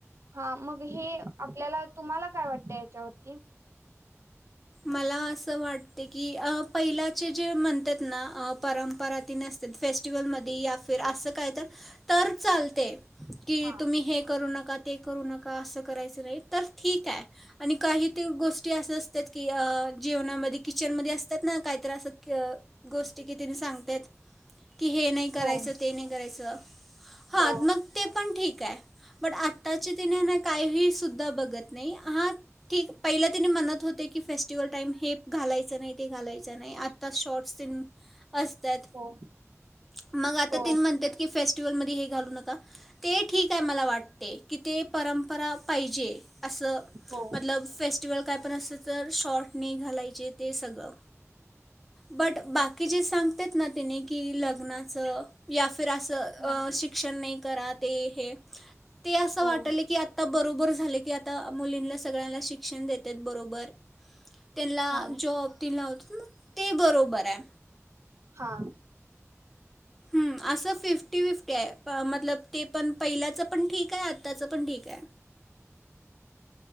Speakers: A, on the right (about 60°); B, in the centre.
A: हा मग हे आपल्याला तुम्हाला काय वाटतं याच्यावरती?
B: मला असं वाट की पहिलाचे जे म्हणतात ना परंपरा ती नसतेत. फेस्टिवल मध्ये असं काय तर तर चालते की
A: हा
B: तुम्ही हे करू नका ते करू नका. असं करायचं नाही तर ठीक आहे आणि काही ते गोष्टी असं असतात की जेवणामध्ये किचनमध्ये असतात ना काहीत असं.. गोष्ट किती सांगत की हे नाही करायचं
A: हो
B: ते नाही करायचं ह
A: हो
B: मग ते पण ठीक आहे पण आता....... तिने ह काही सुद्धा बघत नाही हा ठीक पहिला तिने म्हणत होते की फेस्टिवल टाइम हे घालायचं नाही ते घालायचं नाही. शॉर्ट तेन असतात
A: हो
B: मग आता
A: हो
B: त्यांनी म्हणतात फेस्टिवल मध्ये हे घालू नका. ते ठीक आहे मला वाटते की ते.. परंपरा पाहिजे असं
A: हो
B: मतलब फेस्टिवल काय पण असलं तर.. शॉट नाही घालायचे ते सगळं. बट बाकी जे सांग.. सांगतात ना त्यांनी. की लग्नाचं या फिर असं
A: हा
B: शिक्षण नाही करात. ते हे. ते असं
A: हो
B: वाटतं. आता बरोबर झालं की आता मुलींना सगळ्यांना शिक्षण देत बरोबर. त्यांना
A: हा
B: जॉब दिला होता मग ते बरोबर आहे.
A: हा.
B: हम असं फिफ्टी फिफ्टी आहे मतलब ते पण पहिल्याच पण ठीक आहे आत्ताच पण ठीक आहे.